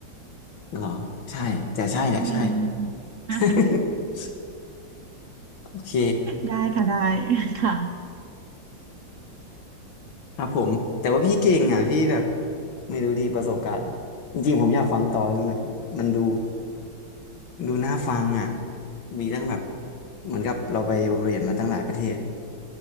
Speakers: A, on the left (about 85°); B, on the right (about 70°).
A: เหรอใช่แต่ใช่แหละใช่
B: ไม่อ่าน
A: <laughs> โอเค
B: ได้ค่ะได้ค่ะ
A: ครับผมแต่ว่าพี่เก่งอ่ะพี่แบบไม่รู้ดีประสบการณ์อะจริงๆผมอยากฟังต่อจนแบบมันดูดูน่าฟังอ่ะมีตั้งแบบเหมือนกับเราไปเรียนมาตั้งหลายประเทศ